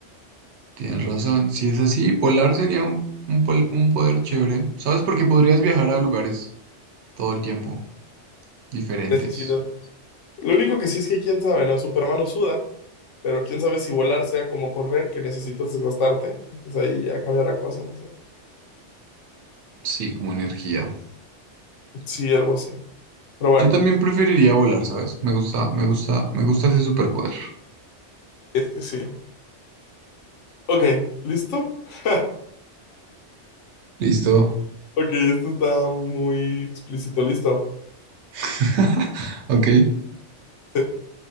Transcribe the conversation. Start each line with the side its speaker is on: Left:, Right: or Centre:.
Right: tienes razón. Si es así, volar sería un, un, pol- un poder chévere, ¿sabes? Porque podrías viajar a lugares todo el tiempo, diferentes.
Left: Necesidad. Lo único que sí es que quién sabe, ¿no? Superman no suda, pero quién sabe si volar sea como correr, que necesitas desgastarte. Entonces ahí ya cambia la cosa, no sé.
Right: Sí, como energía.
Left: Sí, algo así. Pero bueno,
Right: Yo también preferiría volar, ¿sabes? Me gusta, me gusta, me gusta ese superpoder.
Left: es que sí. Ok, ¿listo? <laughs>
Right: Listo.
Left: Ok, esto está muy explícito, ¿listo?
Right: <laughs> Ok.
Left: Sí.